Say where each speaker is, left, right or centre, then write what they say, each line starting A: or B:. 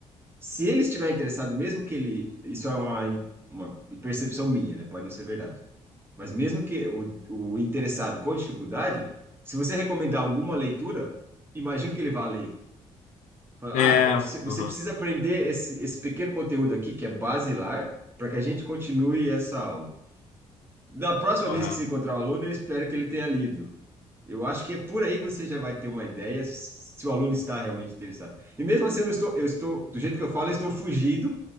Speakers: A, on the right (about 20°); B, on the left (about 85°).
A: Se ele estiver interessado, mesmo que ele, isso é uma, uma percepção minha, né? Pode não ser verdade. Mas mesmo que o, o interessado com dificuldade, se você recomendar alguma leitura, imagino que ele vá ler Fala,
B: É,
A: Ah, você você
B: aham,
A: precisa aprender esse, esse pequeno conteúdo aqui, que é basilar, para que a gente continue essa aula. Da próxima
B: correto.
A: vez que você encontrar o aluno, eu espero que ele tenha lido. Eu acho que é por aí você já vai ter uma ideia se o aluno está realmente interessado. E mesmo assim, eu não estou, eu estou, do jeito que eu falo, eu estou fugindo